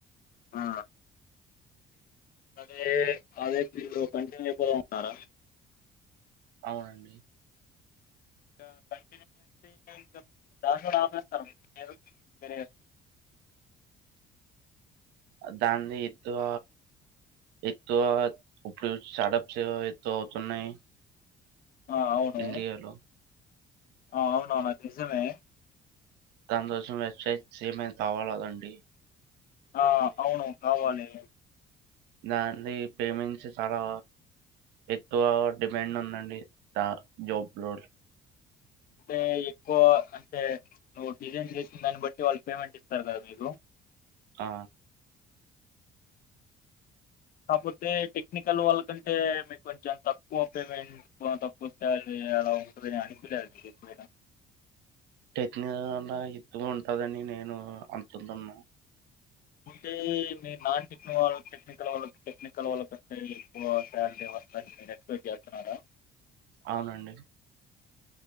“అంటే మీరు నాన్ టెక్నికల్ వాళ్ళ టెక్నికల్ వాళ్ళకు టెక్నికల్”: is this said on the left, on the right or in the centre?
Left